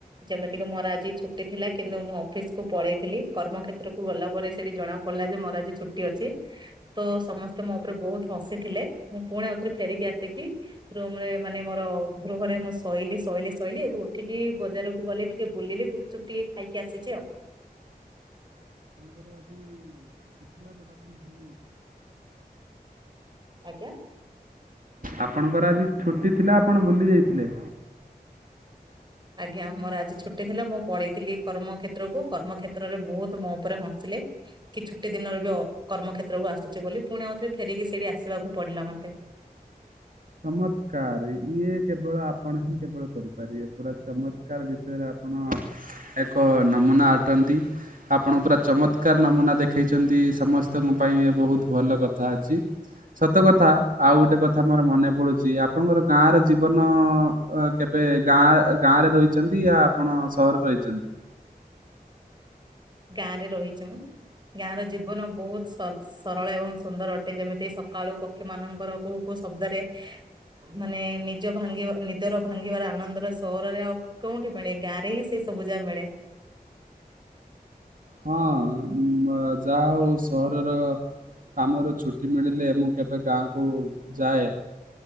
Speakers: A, on the right (about 30°); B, on the right (about 60°).
A: ଯେମିତି କିି ମୋର ଆଜି ଛୁଟି ଥିଲା କିନ୍ତୁ ମୁଁ ଅଫିସକୁୁ ପଳେଇଥିଲି କର୍ମକ୍ଷେତ୍ରକୁ ଗଲା ପରେ ସେଠି ଜଣା ପଡିଲା ଯେ ମ ଆଜି ଛୁଟି ଅଛି। ତ ସମସ୍ତେ ମୋ ଉପରେ ବୋହୁତ ହସି ଥିଲେ ମୁଁ ପୁଣି ଏଉଥିରେ ଫେରିକି ଆସିକି ରୁମ ରେ ମାନେ ମୋର ଗୃହରେ ମୁଁ ଶୋଇଲିି ଶୋଇଲିି ଶୋଇଲିି ଉଠିକି ବଜାରକୁ ଗଲି ଟିକେ ବୁଲିଲି ଚୁପଟିିକେ ଖାଇକି ଆସିଛି ଆଉ।
B: ଆପଣଙ୍କର ଆଜି ଛଟି ଥିଲା ବଟ୍ ଆପଣ ଭୁଲି ଯାଇଥିଲେ।
A: ଆଜ୍ଞା।
B: ଆପଣଙ୍କର ଆଜି ଛୁଟି ଥିଲା ଆପଣ ଭୁଲି ଯାଇଥିଲେ।
A: ଆଜ୍ଞା ମୋର ଆଜି ଛୁଟି ଥିଲା ମୁଁ ପଳେଇଥିଲି କର୍ମ କ୍ଷେତ୍ର କୁ କର୍ମକ୍ଷେତ୍ର ରେ ବୋହୁତ ମୋ ଉପରେ ହସିଲେ। କି ଛୁଟି ଦିନରେ ବି କର୍ମକ୍ଷେତ୍ର କୁ ଆସୁଛି ବୋଲି ପୁଣି ଆଉଥରେ ଫେରିକି ସେଇଠି ଆସିବାକୁ ପଡିଲ ମତେ।
B: ଚମତ୍କାର ଇଏ କେବଳ ଆପଣ ହିଁ କେବଳ କରିପାରିବେ। ପୁରା ଚମତ୍କାର ବିଷୟରେ ଆପଣ ଏକ ନମୁନା ଅଟନ୍ତି। ଆପଣ ପୁରା ଚମତ୍କାର ନମୁନା ଦେଖେଇଛନ୍ତି ସମସ୍ତଙ୍କ ପାଇଁ ବୋହୁତ ଭଲ କଥା ଅଛି। ସତ କଥା ଆଉ ଗୋଟେ କଥା ମୋର ମନେ ପୁଡୁଚି ଆପଣଙ୍କର ଗାଁ ର ଜୀବନ କେବେ ଗାଁ ଗାଁରେ ରହିଛନ୍ତି ଆ ଆପଣ ସହରକୁ ଆଇଚନ୍ତି।
A: ଗାଁ ରେ ରହିଚି ମୁଁ।। ଗାଁ ର ଜୀବନ ବୋହୁତ ସ ସରଳ ଏବଂ ସୁନ୍ଦର ଅଟେ ଯେମିତି ସକାଳୁ ପକ୍ଷି ମାନଙ୍କର କୁହୁ କୁହୁ ଶବ୍ଦରେ ମାନେ ନିଜ ଭାଙ୍ଗିବା ନିଦର ଭାଙ୍ଗିବାର ଆନନ୍ଦର ସରରେ ଆଉ କୋଁଉଠି ମିଳେ ଗାଁରେ ହିଁ ସେ ସବୁ ଯା ମିଳେ।
B: ହଁ ବ ଯାହା ହୋଉ ସହରର କାମରୁ ଛୁଟି ମିଳିଲେ ମୁଁ କେବେ ଗାଁ କୁ ଯାଏ।